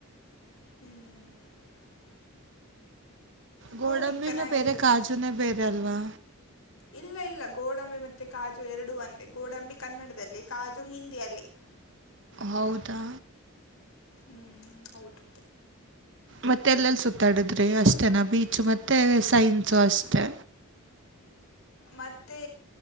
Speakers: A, on the left; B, on the right.
A: ಹ್ಮ್ ಹ್ಮ್
B: ಕೊಡಂಬಿನ
A: ಹೋಗಿ ಚೆನ್ನಾಗಿದೆ
B: ಬೇರೆ ಕಾಜುನೇ ಬೇರೆ ಅಲ್ವಾ
A: ಇಲ್ಲ ಇಲ್ಲ ಗೋಡಂಬಿ ಮತ್ತೆ ಕಾಜು ಎರಡೂ ಒಂದೇ ಗೋಡಂಬಿ ಕನ್ನಡದಲ್ಲಿ ಕಾಜು ಹಿಂದಿಯಲ್ಲಿ
B: ಹೌದಾ
A: ಹ್ಮ್ ಹೌದು
B: ಮತ್ತೆ ಎಲ್ಲೆಲ್ಲಿ ಸುತ್ತಾಡಿದ್ರಿ ಅಷ್ಟೇನಾ ಬೀಚು ಮತ್ತೆ ಸೈನ್ಸು ಅಷ್ಟೆ
A: ಮತ್ತೆ